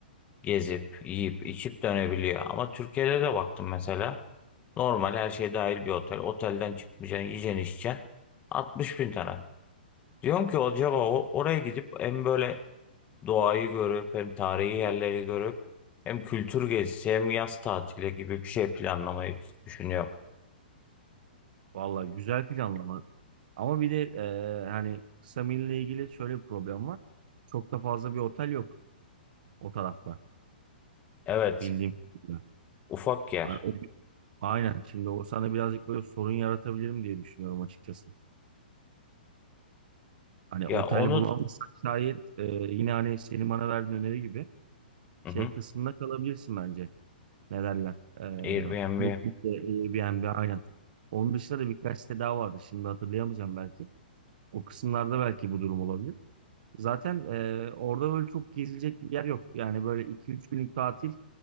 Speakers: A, on the left; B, on the right.
A: gezip yiyip içip dönebiliyor. Ama Türkiye'de de baktım mesela normal her şey dahil bir otel. Otelden çıkmayacaksın, yiyeceksin, içeceksin. 60 bin lira. Diyorum ki acaba o, oraya gidip hem böyle doğayı görüp hem tarihi yerleri görüp hem kültür gezisi hem yaz tatili gibi bir şey planlamayı düşünüyorum.
B: Vallahi güzel planlama. Ama bir de e, hani kısa mille ilgili şöyle bir problem var. Çok da fazla bir otel yok. O tarafta.
A: Evet,
B: Bildiğim kadarıyla.
A: ufak yer.
B: Hani o- aynen. Şimdi o sana birazcık böyle sorun yaratabilirim diye düşünüyorum açıkçası. Hani
A: Ya
B: otel
A: onu
B: bulamazsak şayet e, yine hani senin bana verdiğin öneri gibi
A: Hı
B: şey
A: hı,
B: kısmında kalabilirsin bence. Ne derler? E,
A: Airbnb.
B: Booking'de, Airbnb aynen. Onun dışında da birkaç site daha vardı. Şimdi hatırlayamayacağım belki. O kısımlarda belki bu durum olabilir. Zaten e, orada böyle çok gezilecek bir yer yok. Yani böyle iki üç günlük tatil